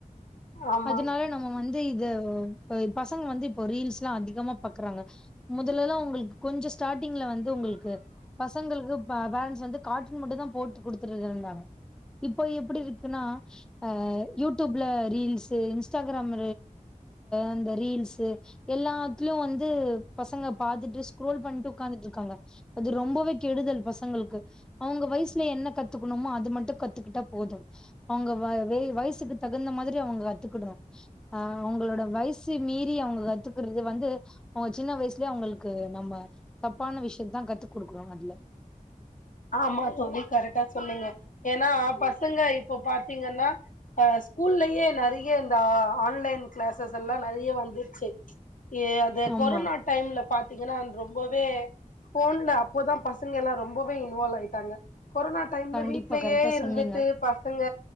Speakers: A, on the left; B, in the centre.
A: ஆமா
B: அதனால நம்ம வந்து இத இப்ப பசங்க வந்து இப்ப ரீல்ஸ்ல்லா அதிகமா பாக்குறாங்க முதலல்லா உங்களுக் கொஞ்ச ஸ்டார்ட்டிங்ல வந்து உங்களுக்கு பசங்களுக்கு பேரண்ட்ஸ் வந்து கார்ட்டுன் மட்டு தா போட்டு குடுத்துட்டு இரு இருந்தாங்க இப்ப எப்டி இரு க்னா அ யூடியூப்ல ரீல்ஸு இன்ஸ்டாகிராம் அந்த ரீல்ஸு எல்லாத்துலயு வந்து பசங்க பாத்துட்டு ஸ்க்ரோல் பண்ணிட்டு உட்காந்துட்டு இருக்காங்க அது ரொம்பவே கெடுதல் பசங்களுக்கு அவங்க வயசுல என்ன கத்துக்கணுமோ அது மட்டும் கத்துக்கிட்டா போது அவங்க வயசுக்கு தகுந்த மாதிரி அவங்க கத்துக்கிடுனு ஆ அவங்களோட வயசு மீறி அவங்க கத்துக்கறது வந்து அவங்க சின்ன வயசுலயே அவங்களுக்கு நம்ம தப்பான விஷயத்தா கத்து கொடுக்குறோ அதுல
A: ஆமா தோழி கரெக்டா சொன்னீங்க ஏன்னா பசங்க இப்போ பாத்தீங்கன்னா அ ஸ்கூல்லயே நறைய இந்த ஆன்லைன் கிளாஸஸ் எல்லா நறைய வந்துருச்சு ஏ அது
B: ஆமா
A: கொரோனா டைம்ல பாத்தீங்கன்னா ரொம்பவே போன்ல அப்போதா பசங்க எல்லா ரொம்பவே இன்வால்வ் ஆயிட்டாங்க கொரோனா டைம்ல
B: கண்டிப்பா
A: வீட்லயே
B: கரெக்டா
A: இருந்துட்டு
B: சொன்னீங்க
A: பசங்க